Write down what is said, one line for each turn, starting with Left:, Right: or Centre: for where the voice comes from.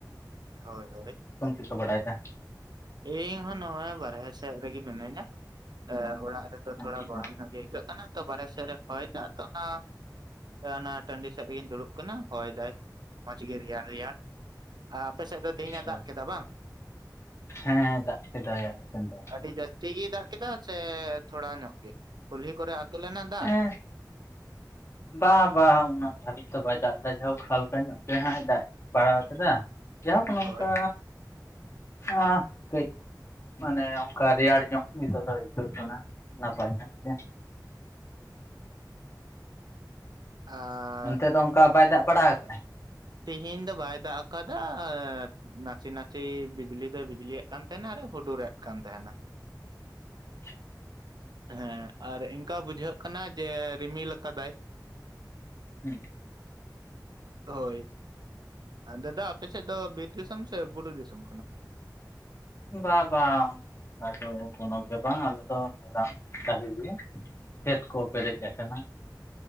Right: ᱦᱳᱭ ᱦᱳᱭ
Left: ᱪᱤᱠᱟᱹ ᱵᱟᱲᱟᱭᱮᱫᱟ
Right: ᱤᱧ ᱦᱚᱸ ᱱᱚᱜ ᱚᱭ ᱵᱟᱨᱦᱮ ᱥᱮᱫ ᱨᱮᱜᱮ ᱢᱤᱱᱟᱹᱧᱟ ᱮ ᱚᱲᱟᱜ ᱨᱮ ᱛᱚ ᱛᱷᱚᱲᱟ
Left: ᱟᱪᱪᱷᱟ
Right: ᱜᱚᱨᱚᱢ ᱧᱚᱜ ᱜᱮ ᱟᱹᱭᱠᱟᱹᱜ ᱠᱟᱱᱟ ᱛᱚ ᱵᱟᱨᱦᱮ ᱥᱮᱫ ᱨᱮ ᱦᱚᱭ ᱫᱟ ᱛᱚ ᱚᱱᱟ ᱛᱚ ᱚᱱᱟ ᱴᱟᱺᱰᱤ ᱥᱮᱫ ᱨᱮᱜᱤᱧ ᱫᱩᱲᱩᱵ ᱠᱟᱱᱟ ᱦᱚᱭ ᱫᱟᱭ ᱢᱚᱸᱡᱽ ᱜᱮ ᱨᱮᱭᱟᱲ ᱨᱮᱭᱟᱲ ᱟ ᱟᱯᱮ ᱥᱮᱫ ᱫᱚ ᱛᱮᱦᱤᱧ
Left: ᱟᱪᱪᱷᱟ
Right: ᱮ ᱫᱟᱜ ᱠᱮᱫᱟ ᱵᱟᱝ
Left: ᱦᱮᱸ ᱫᱟᱜ ᱠᱮᱫᱟᱭ ᱟᱞᱮ ᱥᱮᱱ ᱫᱚ
Right: ᱟᱹᱰᱤ ᱡᱟᱹᱥᱛᱤ ᱜᱮᱭ ᱫᱟᱜ ᱠᱮᱫᱟ ᱥᱮ ᱛᱷᱚᱲᱟ ᱧᱚᱜ ᱜᱮ ᱠᱩᱞᱦᱤ ᱠᱚᱨᱮ ᱟᱹᱛᱩ ᱞᱮᱱᱟ ᱫᱟᱜ
Left: ᱦᱮᱸ ᱵᱟ ᱵᱟᱝ ᱩᱱᱟᱹᱜ ᱫᱷᱟᱹᱵᱤᱡ ᱛᱚ ᱵᱟᱭ ᱫᱟᱜ ᱠᱮᱫᱟ ᱡᱟᱦᱳᱠ ᱦᱟᱞᱠᱟ ᱧᱚᱜ ᱜᱮ ᱦᱟᱜ ᱮ ᱫᱟᱜ ᱵᱟᱲᱟ ᱟᱠᱟᱫᱟ ᱡᱟᱦᱳᱠ ᱱᱚᱝᱠᱟ
Right: ᱦᱳᱭ
Left: ᱟ ᱠᱟᱹᱡ ᱢᱟᱱᱮ ᱚᱱᱠᱟ ᱨᱮᱭᱟᱲ ᱧᱚᱜ ᱱᱤᱛᱚᱜ ᱫᱚ ᱟᱹᱭᱠᱟᱹᱜ ᱠᱟᱱᱟ ᱱᱟᱯᱟᱭ ᱧᱚᱜ ᱜᱮ ᱦᱮᱸ
Right: ᱟᱻ
Left: ᱚᱱᱛᱮ ᱫᱚ ᱚᱱᱠᱟ ᱵᱟᱭ ᱫᱟᱜ ᱵᱟᱲᱟ ᱟᱠᱟ ᱟᱭ
Right: ᱛᱤᱦᱤᱧ ᱫᱚ ᱵᱟᱭ ᱫᱟᱜ ᱟᱠᱟᱫᱟ ᱮᱫ ᱱᱟᱥᱮ ᱱᱟᱥᱮ ᱵᱤᱡᱽᱞᱤ ᱫᱚ ᱵᱤᱡᱞᱤ ᱭᱮᱫ ᱠᱟᱱ ᱛᱟᱦᱮᱱᱟ ᱟᱨ ᱦᱩᱰᱩᱨ ᱮᱫ ᱠᱟᱱ ᱛᱟᱦᱮᱱᱟ
Left: ᱟᱪᱪᱷᱟ
Right: ᱦᱮᱸ ᱟᱨ ᱤᱱᱠᱟ ᱵᱩᱡᱷᱟᱹᱜ ᱠᱟᱱᱟ ᱡᱮ ᱨᱤᱢᱤᱞ ᱞᱟᱠᱟᱫᱟᱭ
Left: ᱦᱩᱸ
Right: ᱦᱳᱭ ᱟ ᱫᱟᱫᱟ ᱟᱯᱮ ᱥᱮᱫ ᱫᱚ ᱵᱤᱨ ᱫᱤᱥᱚᱢ ᱥᱮ ᱵᱩᱨᱩ ᱫᱤᱥᱚᱢ ᱠᱟᱱᱟ
Left: ᱵᱟ ᱵᱟ ᱚᱱᱠᱟ ᱫᱚ ᱠᱳᱱᱳ ᱜᱮ ᱵᱟᱝ ᱟᱞᱮ ᱫᱚ ᱢᱮᱫᱟᱢ ᱰᱟᱹᱦᱤ ᱜᱮ ᱠᱷᱮᱛ ᱠᱚ ᱯᱮᱨᱮᱡ ᱟᱠᱟᱱᱟ᱾